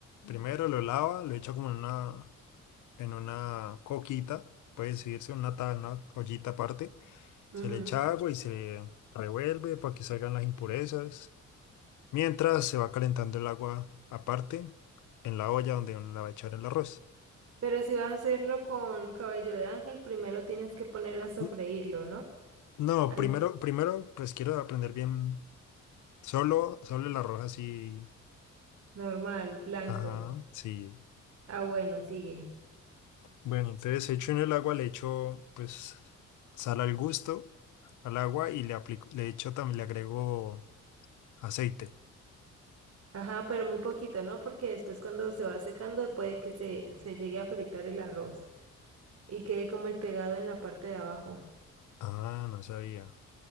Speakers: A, on the left; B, on the right.
A: primero lo lava, lo echa como en una, en una coquita, puede decirse, una, ta- una ollita aparte.
B: Ujú.
A: Se le echa agua y se revuelve para que salgan las impurezas. Mientras se va calentando el agua aparte en la olla donde uno la va a echar el arroz.
B: Pero si vas a hacerlo con cabello de ángel, primero tienes que poner a sofreírlo,
A: N-
B: ¿no?
A: No,
B: An-
A: primero, primero, pues quiero aprender bien solo, solo el arroz así.
B: normal, blanco.
A: Ajá, sí.
B: Ah, bueno, sigue.
A: Bueno, entonces hecho en el agua, le echo pues sal al gusto al agua y le aplico, le echo también, le agrego aceite.
B: Ajá, pero muy poquito, ¿no? Porque después cuando se va secando puede que se, se llegue a fritar el arroz y quede como el pegado en la parte de abajo.
A: Ah, no sabía.